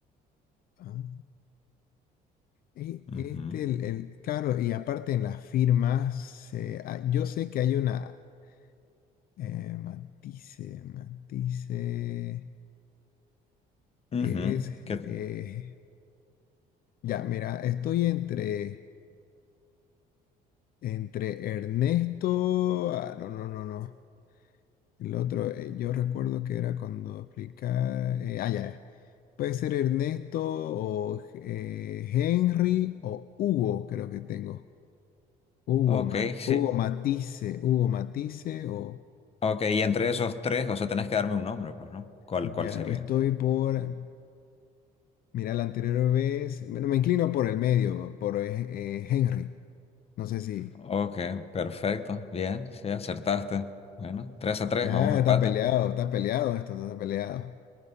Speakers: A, on the left; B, on the left.
A: Ah, Y
B: Ujú,
A: este, el, el- claro, y aparte en las firmas, eh, ah, yo sé que hay una eh, matice, matice,
B: ujú,
A: es,
B: ¿qué-
A: eh, ya, mira, estoy entre, entre Ernesto, ah, no, no, no, no, el otro, eh, yo recuerdo que era cuando explicaba, eh, ah, ya, ya. puede ser Ernesto o eh, Henry o Hugo, creo que tengo. Hugo,
B: Ok,
A: Ma-
B: sí.
A: Hugo Matisse, Hugo Matisse, o
B: Ok, y entre esos tres, o sea, tenés que darme un nombre, pues, ¿no? ¿Cuál,
A: ya
B: cuál sería?
A: estoy por, mira, la anterior vez, bueno, me inclino por el medio, por eh, eh, Henry, no sé si.
B: Ok, perfecto. Bien, sí, acertaste. Bueno, 3 a 3,
A: Ah,
B: vamos a empate.
A: está peleado, está peleado esto, está peleado.